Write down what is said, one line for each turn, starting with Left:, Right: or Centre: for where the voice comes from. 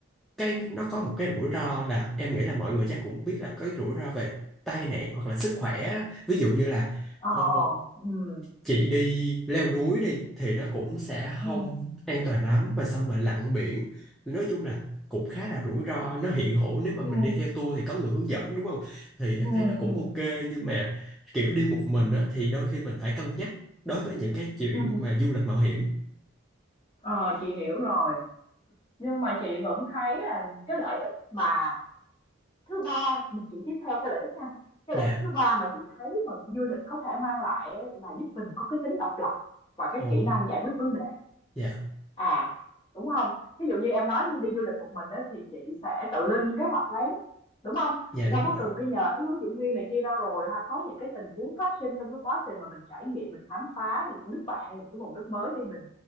Centre: cái nó có một cái rủi ro là em nghĩ là mọi người chắc cũng biết là có cái rủi ro về tai nạn hoặc là sức khỏe đó ví dụ như là
Left: ờ
Centre: ờ,
Left: ừ
Centre: chị đi leo núi đi thì nó cũng sẽ
Left: ừ
Centre: không an toàn lắm và xong mà lặn biển nói chung là cũng khá là rủi ro nó hiện hữu nếu mà
Left: ừ
Centre: mình đi theo tour thì có người hướng dẫn đúng không thì em
Left: ừ
Centre: thấy nó cũng
Left: ừ
Centre: ok nhưng mà kiểu đi một mình á thì đôi khi mình phải cân nhắc đối với những cái chuyện
Left: ừ
Centre: mà du lịch mạo hiểm
Left: ờ chị hiểu rồi nhưng mà chị vẫn thấy là cái lợi ích mà thứ ba chị tiếp theo cái lợi ích ha cái
Centre: dạ
Left: lợi ích thứ ba mà chị thấy mà du lịch có thể mang lại á là giúp mình có cái tính độc lập và cái
Centre: ồ
Left: kỹ năng giải quyết vấn đề
Centre: dạ
Left: À, đúng không? Ví dụ như em nói như đi du lịch một mình đó thì chị sẽ tự lên kế hoạch lấy, đúng không?
Centre: dạ
Left: Thì
Centre: đúng
Left: đâu có
Centre: rồi
Left: cần phải nhờ tới hướng dẫn viên này kia đâu rồi ha, có những cái tình huống phát sinh trong cái quá trình mà mình trải nghiệm, mình khám phá những nước bạn, những cái vùng đất mới đi, mình,